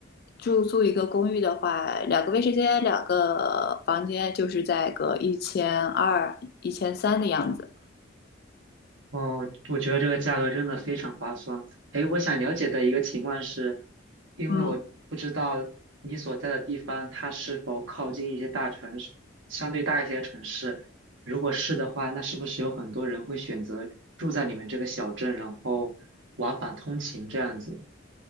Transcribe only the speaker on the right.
哦，我觉得这个价格真的非常划算。诶，我想了解的一个情况是，因为我不知道你所在的地方它是否靠近一些大城市，
相对大一些的城市。如果是的话，那是不是有很多人会选择住在你们这个小镇，然后往返通勤这样子？